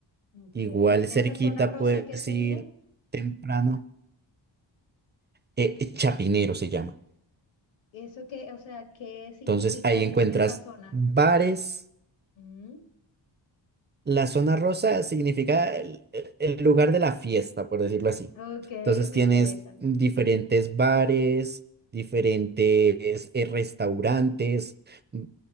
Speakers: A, on the left; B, on the right.
A: Ok,
B: Igual
A: esa
B: cerquita
A: zona rosa,
B: puedes
A: ¿qué sería?
B: ir temprano, eh, Chapinero se llama.
A: Eso que, o sea, ¿qué significa
B: Entonces ahí
A: esa,
B: encuentras
A: esa zona?
B: bares
A: Mm,
B: La zona rosa significa el, el- el lugar de la fiesta, por decirlo así.
A: ok,
B: Entonces
A: me
B: tienes
A: interesa.
B: diferentes bares, diferentes eh, restaurantes, mm,